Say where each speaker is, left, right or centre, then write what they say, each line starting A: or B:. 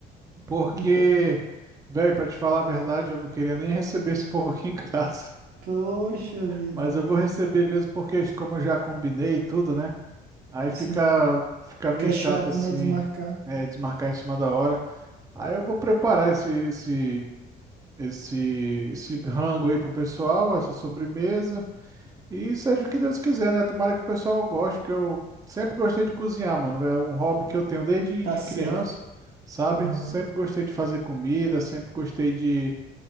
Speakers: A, on the right; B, on the right.
A: Porque,
B: Uhum.
A: velho, pra te falar a verdade, eu não queria nem receber esse povo aqui em <laughs> casa.
B: Poxa vida.
A: Mas eu vou receber mesmo porque, como eu já combinei e tudo, né? Aí fica,
B: Sim.
A: fica
B: Fica
A: meio chato
B: chato,
A: assim,
B: né? Desmarcar.
A: é, desmarcar em cima da hora. Aí eu vou preparar esse, esse, esse, esse rango aí pro pessoal, essa sobremesa. E seja o que Deus quiser, né? Tomara que o pessoal goste, porque eu sempre gostei de cozinhar, mano. É um hobby que eu tenho desde
B: Tá
A: de
B: certo.
A: criança, sabe?
B: Uhum.
A: Sempre gostei de fazer comida, sempre gostei de,